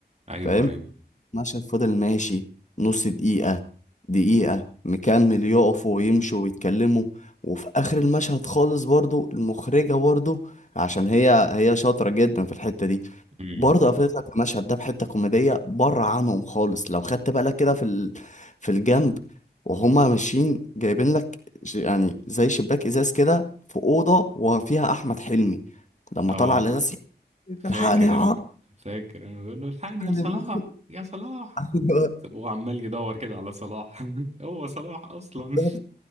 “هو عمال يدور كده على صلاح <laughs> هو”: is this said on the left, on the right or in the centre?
Right